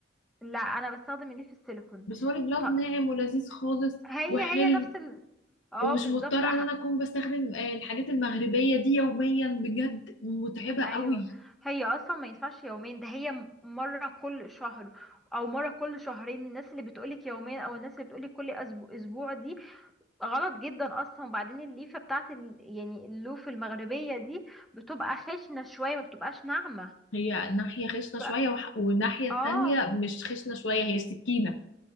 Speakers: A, in the centre; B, on the left.
A: لا انا بستخدم الليف السيليكون
B: بس هو الجلاف
A: ط-
B: ناعم ولذيذ خالص
A: هي
B: وحلو
A: هي نفس ال... اه
B: ومش
A: بالظبط
B: مضطرة ان انا اكون بستخدم آه، الحاجات المغربية دي يوميا بجد متعبة قوي
A: ايوه هي اصلا ما ينفعش يومين ده هي م- مره كل شهر او مره كل شهرين الناس اللي بتقولك يومين او الناس اللي بتقولك كل اسبوع اسبوع دي غلط جدا اصلا وبعدين الليفه بتاعت ال... يعني اللوف المغربيه دي بتبقى خشنه شويه ما بتبقاش ناعمه
B: هي ناحية خشنة
A: ف...
B: شوية وح- والناحية التانية
A: اه
B: مش خشنة شوية هي سكينة